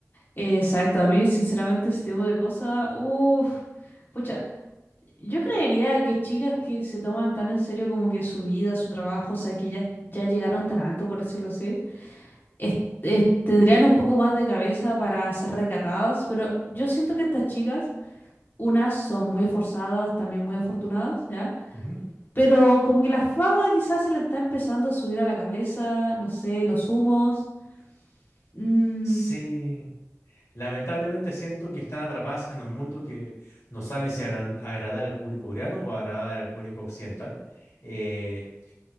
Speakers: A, on the left (about 40°); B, on the left (about 65°).
A: Exacto, a mí sinceramente ese tipo de cosas, uff, pucha, yo creería que chicas que se toman tan en serio como que su vida, su trabajo, o sea, que ya, ya llegaron tan alto, por decirlo así, es- es- tendrían un poco más de cabeza para ser recatadas, pero yo siento que estas chicas Unas son muy forzadas, también muy afortunadas, ¿ya?
B: Ujú.
A: Pero como que la fama quizás se le está empezando a subir a la cabeza, no sé, los humos. Mm,
B: Sí, lamentablemente siento que están atrapadas en un mundo que no saben si agra- agradar al público coreano o agradar al público occidental. Eh,